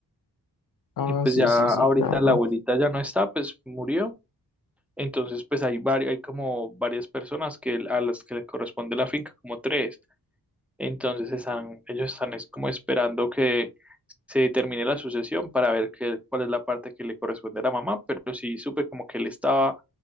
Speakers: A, on the left (about 55°); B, in the centre.
A: Ah,
B: Y pues
A: sí,
B: ya
A: sí, sí,
B: ahorita
A: claro.
B: la abuelita ya no está, pues murió. Entonces, pues hay varios, hay como varias personas que a las que le corresponde la finca, como tres. Entonces están, ellos están es como esperando que se determine la sucesión para ver qué- cuál es la parte que le corresponde a la mamá. Pero sí supe como que él estaba